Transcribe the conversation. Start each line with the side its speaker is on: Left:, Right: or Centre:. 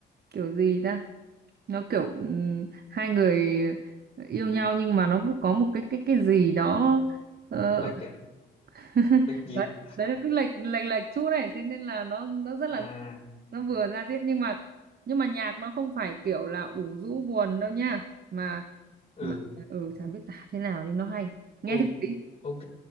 Right: kiểu gì ta? Nó kiểu ừm, hai người yêu nhau nhưng mà nó cứ có một cái cái cái gì đó ờ,
Left: Lệch à?
Right: <laughs>
Left: Lệch nhịp.
Right: đấy đấy là cứ lệch lệch lệch chút này thế nên là nó nó rất
Left: À,
Right: là nó vừa ra diết nhưng mà nhưng mà nhạc nó không phải kiểu là ủ rũ buồn đâu nha mà
Left: ừ.
Right: mà ừ chả biết tả thế nào nhưng nó hay nghe
Left: Ồ,
Right: thử đi
Left: ok,